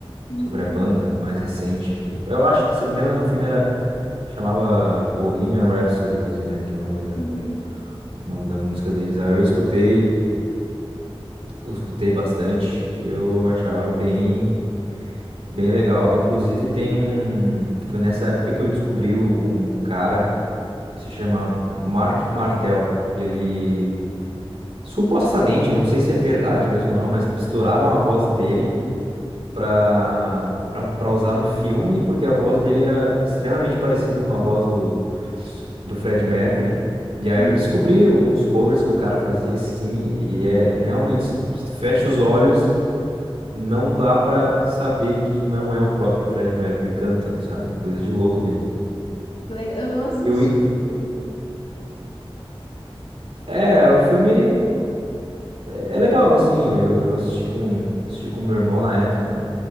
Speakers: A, on the left (about 80°); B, on the right (about 90°).
A: Hum,
B: sobre a banda mais recente, que eu, eu acho que, se não me engano, o filme era, chamava Bohemian Rhapsody mesmo, né, que é o nome da,
A: uhum,
B: o nome da música deles. Aí eu escutei, eu escutei bastante, e eu achava bem Bem legal. Inclusive tem um. Foi nessa época que eu descobri o- um cara que se chama Mark Martel, que ele supostamente, eu não sei se é verdade mesmo ou não, mas misturaram a voz dele pra, pra, pra usar no filme, porque a voz dele era extremamente parecida com a voz do, do Fred Mercury. E aí
A: uhum.
B: eu descobri alguns covers que o cara fazia assim, e é realmente, se se tu fecha os olhos não dá pra saber que não é o próprio Fred Mercury cantando, sabe? É Coisa de louco mesmo.
A: Legal. Eu não assisti
B: Eu,
A: o filme.
B: é, o filme é, é legal, assim. Eu, eu assisti com, assisti com meu irmão na época.